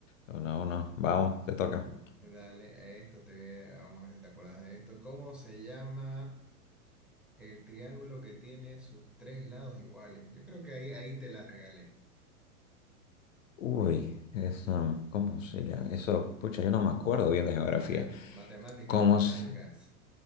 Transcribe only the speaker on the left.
Uno a uno, vamos, te toca.
Uy, eso, ¿cómo se llama? Eso, pucha, yo no me acuerdo bien de geografía.
¿Cómo
se,